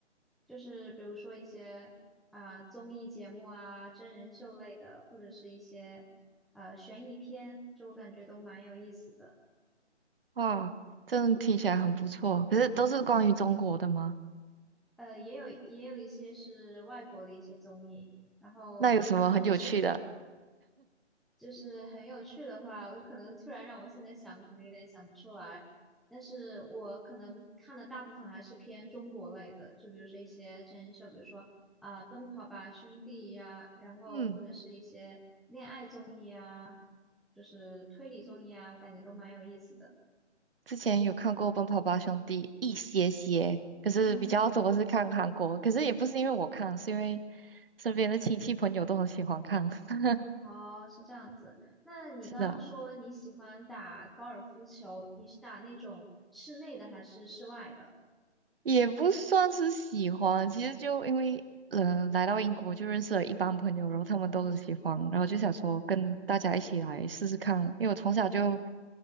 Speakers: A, in the centre; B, on the right (about 50°).
A: 就是比如说一些啊、综艺节目啊、真人秀类的，或者是一些呃悬疑片，就我感觉都蛮有意思的。
B: 哇，真的听起来很不错。可是都是关于中国的吗？
A: 呃，也有也有一些是外国的一些综艺。然后可能还是
B: 那有什么很有趣的？
A: 就是很有趣的话，我可能突然让我现在想，可能有点想不出来。但是我可能看的大部分还是偏中国类的，就比如说一些真人秀，比如说啊、奔跑吧兄弟》呀，然后或者是一些恋爱综艺啊，
B: 嗯，
A: 就是推理综艺啊，我感觉都蛮有意思的。
B: 之前有看过《奔跑吧兄弟》一些些，可是比较多是看韩国。
A: 嗯，
B: 可是也不是因为我看，是因为身边的亲戚朋友都很喜欢看。<laughs>
A: 哦，是这样子。那你刚刚说你喜欢打高尔夫球，
B: 是的。
A: 你是打那种室内的还是室外的？
B: 也不算是喜欢，其实就因为嗯、呃来到英国就认识了一帮朋友，然后他们都很喜欢，然后就想说跟大家一起来试试看，因为我从小就